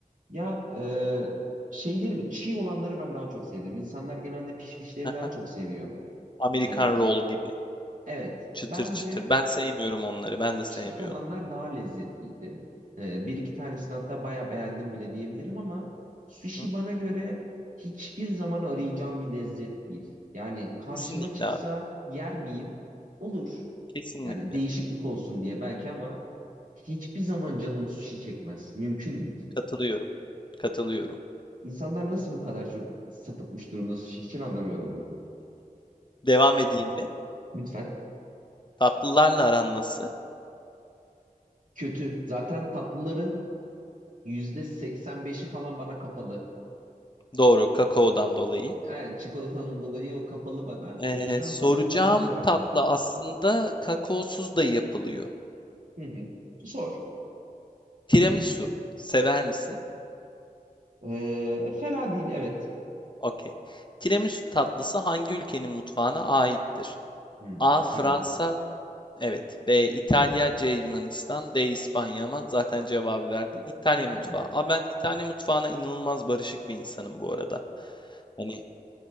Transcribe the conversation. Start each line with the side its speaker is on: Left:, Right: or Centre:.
Right: Ya e, şeyleri çiğ olanları ben daha çok sevdim. İnsanlar genelde pişmişleri
Left: Aha,
Right: daha çok seviyor.
Left: Amerikan
Right: Ee,
Left: roll gibi
Right: evet.
Left: çıtır
Right: Bence
Left: çıtır. Ben sevmiyorum onları. Ben de sevmiyordum.
Right: Çiğ olanlar daha lezzetliydi. Ee, bir iki tanesini hatta bayağı beğendim bile diyebilirim ama sushi
Left: Hı?
Right: bana göre hiçbir zaman arayacağım bir lezzet değil. Yani karşıma
Left: Kesinlikle
Right: çıksa
Left: abi.
Right: yer miyim? Olur.
Left: Kesinlikle.
Right: Yani değişiklik olsun diye belki ama hiçbir zaman canım sushi çekmez. Mümkün değil.
Left: Katılıyorum. Katılıyorum.
Right: İnsanlar nasıl bu kadar çok sapıtmış durumda sushi için anlamıyorum o yüzden.
Left: Devam edeyim mi?
Right: <laughs> Lütfen.
Left: Tatlılarla aran nasıl?
Right: Kötü. Zaten tatlıların yüzde seksen beşi falan bana kapalı.
Left: Doğru, kakaodan dolayı.
Right: Yani çikolatanın dolayı o kapalı bana.
Left: Ee,
Right: O yüzden
Left: soracağım
Right: tatlılarla hiç aram
Left: tatlı
Right: değil.
Left: aslında kakaosuz da yapılıyor.
Right: Hı hı. Zor.
Left: Tiramisu. Sever misin?
Right: Ee, e, fena değil evet.
Left: Okey. Tiramisu tatlısı hangi ülkenin mutfağına aittir?
Right: Hı,
Left: A.
Right: İtalya
Left: Fransa.
Right: gibi.
Left: Evet. B. İtalya. C. Yunanistan. D. İspanya ama zaten cevabı verdin. İtalya mutfağı.
Right: Aynen.
Left: Aa, ben İtalya mutfağına inanılmaz barışık bir insanım bu arada. Hani